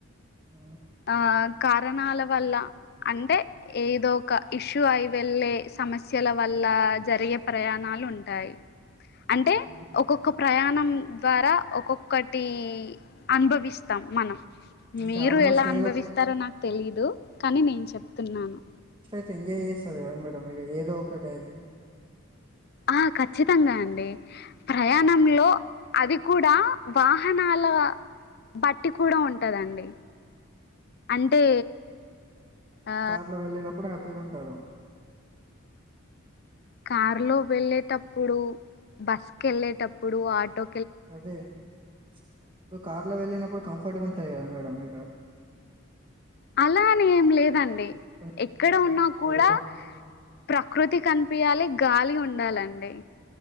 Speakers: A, on the right; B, on the left.
A: ఆ
B: ఆ కారణాల వల్లా అంటే ఏదో ఒక ఇష్యూ అయి వెళ్ళే సమస్యల వల్ల జరిగే ప్రయాణాలు ఉంటాయి. అంటే
A: హ్మ్.
B: ఒకొక ప్రయాణం ద్వారా ఒక్కొక్కటి అనుభవిస్తాం మనం.
A: అంటే
B: మీరు
A: ఆల్మోస్ట్
B: ఎలా అనుభవిస్తారో
A: ఏదో
B: నాకు తెలీదు కానీ నేను చెప్తున్నాను.
A: తేఎంజాయ్ చేస్తారు కదా మేడం మీరు ఏదో ఒకటి అయితే.
B: ఆ ఖచ్చితంగా అండి. ప్రయాణంలో అది కూడా వాహనాల బట్టి కూడా ఉంటదండి. అంటే ఆ
A: కార్లో వెళ్ళినప్పుడు హ్యాపీగా ఉంటారు.
B: కార్లో వెళ్ళేటప్పుడు, బస్ కెళ్ళేటప్పుడు, ఆటో
A: అదే ఇప్పుడు కార్లో వెళ్ళినప్పుడు కంఫర్ట్గా ఉంటది కదా మేడం మీకు.
B: అలా అని ఏం లేదండి
A: కొంచెం
B: ఎక్కడ ఉన్నా కూడా
A: పడుకో
B: ప్రకృతి కనిపియాలి, గాలి ఉండాలండి.